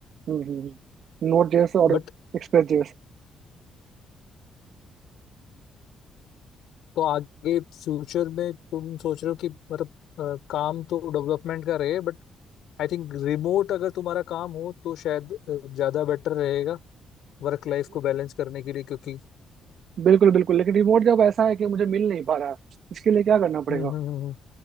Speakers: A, on the right; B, on the left.
A: हम्म नोट जेएस और
B: बट
A: एक्सप्रेस जेएस
B: तो आगे फ्यूचर में तुम सोच रहे हो कि मतलब अ, काम तो डेवलपमेंट का रहे बट आई थिंक रिमोट अगर तुम्हारा काम हो तो शायद अ, ज्यादा बेटर रहेगा वर्क लाइफ को बैलेंस करने के लिए क्योंकि
A: बिल्कुल बिल्कुल लेकिन रिमोट जॉब ऐसा है कि मुझे मिल नहीं पा रहा है इसके लिए क्या करना पड़ेगा
B: हम्म हम्म हम्म हम्म,